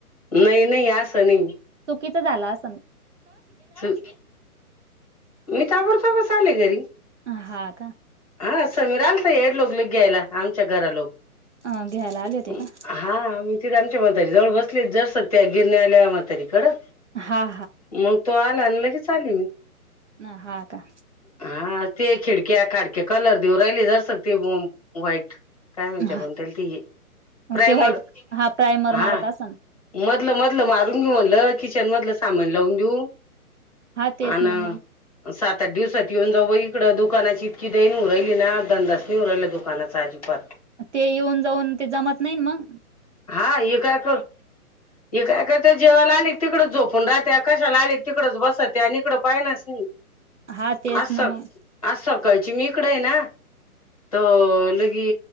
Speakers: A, on the left; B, on the right.
A: नई-नई आसं नई
B: कितं झालास सां
A: चं, मी ताबड तोबच आले घरी
B: अं हां
A: हां समीर आलता येडलोक लं घ्यायला आमच्या घरा लोक
B: घ्यायला आले होते
A: अं
B: का
A: हां मिथीरामचे बोल त्याच्या जवळ बसलेत जर <unintelligible> गेल्या आल्या म्हातारी कडं
B: हा
A: मंग तू आला न लं हे चाल्ली मी
B: न हा का
A: हा ते खिडक्या काडक्या कलर देऊ राहिली जर <unintelligible> व्हाईट काय म्हणते
B: हा
A: म्हांत्यल त ही प्रायमर
B: ते व्हाईट हा प्रायमर
A: हा
B: मारत असन
A: म लं मधलं मारून घेऊ म्हटलं किचन मधलं सामान लावून देऊ
B: हा तेच
A: आंनं
B: ना मग
A: अ सात त्या दिवसात येऊन जाऊ बाई इकडं, दुकानाची इतकी देइनू राइली ना दंदासनी हो राईलं दूकानाचा आजीबात
B: ते येऊन जाऊन ते जमत नाही न म
A: हां हे काय कर, हे काय करते जेवाला आले क तिकड झोप पण राहत्या कशाला आले तिकडच बसत्या आणि इकडं पाहिनास नी
B: हा तेच
A: आसक
B: ना मग
A: आसं कय चिमी इकड ये ना त लगी